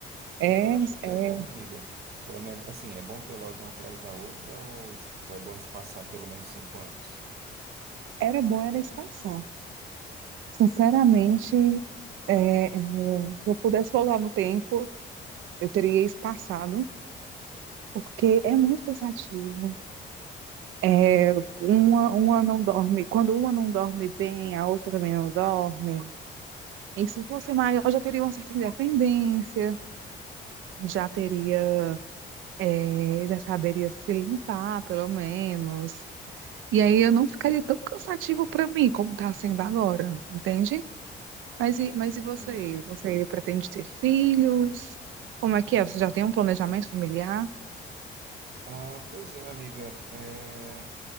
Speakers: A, on the right; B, on the right.
A: É,
B: E tu acha que
A: é,
B: é bom, amiga? Ou é melhor, assim, é bom ter logo uma atrás da outra ou, es- ou é bom espaçar pelo menos cinco anos?
A: era bom era espaçar. Sinceramente, é, é, se eu pudesse voltar no tempo, eu teria espaçado, porque é muito cansativo. É, uma, uma não dorme, quando uma não dorme bem, a outra também não dorme. E se fosse maior, eu já teria uma certa independência, já teria É, já saberia se limpar, pelo menos. E aí eu não ficaria tão cansativo para mim como está sendo agora, entende? Mas e, mas e você?
B: Uhum.
A: Você pretende ter filhos? Como é que é? Você já tem um planejamento familiar?
B: Ah, pois é, amiga. É,